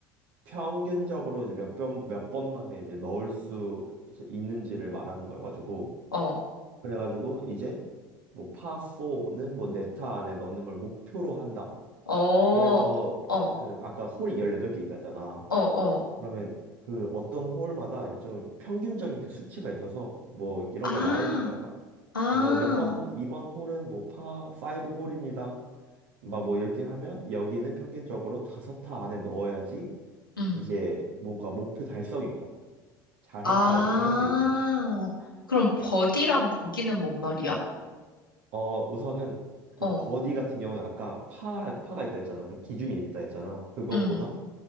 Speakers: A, on the right; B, on the left.
A: 평균적으로 이제 몇 번 몇 번 만에 이제 넣을 수 이제 있는지를 말하는 거여 가지고
B: 어.
A: 그래 가지고 이제 뭐 파4는 뭐 네타 안에 넣는 걸 목표로 한다.
B: 어, 어,
A: 그래서
B: 어,
A: 그 아까 홀이 18개 있다잖아.
B: 어.
A: 그러면 그 어떤 홀마다 이제 좀 평균적인 그 수치가 있어서 뭐 이런
B: 아,
A: 걸 말해줄 거야. 막
B: 아,
A: 뭐 몇 번, 이번 홀은 뭐파 브 홀입니다. 막 뭐 이렇게 하면 여기는 평균적으로 다섯 타 안에 넣어야지
B: 음.
A: 이제 뭔가 목표 달성인 거야. 잘했다
B: 아,
A: 이렇게 할 수 있는 거.
B: 그럼 버디랑 보기는 뭔 말이야?
A: 어 우선은 그
B: 어,
A: 버디 같은 경우는 아까 파 파가 있다 했잖아. 그 기준이 있다 했잖아. 그것보다
B: 음,